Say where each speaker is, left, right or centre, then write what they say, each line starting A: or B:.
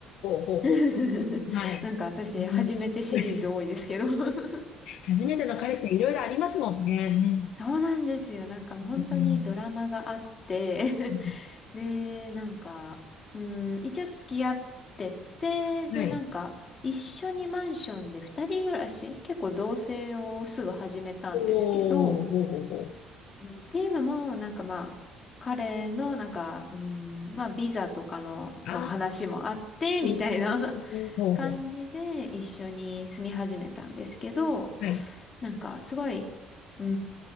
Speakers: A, on the left; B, on the left.
A: ー、ほうほうほ
B: <laughs>
A: う。はい。
B: なんか私、初めてシリーズ多いですけど
A: うん。<laughs>
B: <laughs>
A: 初めての彼氏はいろいろありますもんね。
B: そうなんですよ。なんか本当にドラマがあって
A: うん。うん。うん。うん
B: で、なんか、うん、一応付き合ってて、で、
A: はい。
B: なんか、一緒にマンションで二人暮らし、結構同棲をすぐ始めたんですけど、
A: おお、ほうほうほ
B: うんっていうのも、なんかまあ、彼の、なんか、うん、まあ、ビザとかの、
A: う。
B: まあ、
A: ああ、
B: 話もあって、
A: そういうことねほうほ
B: みたいな感じで一緒に住み始めたんですけど、
A: う。はい。
B: なんかすごい、うー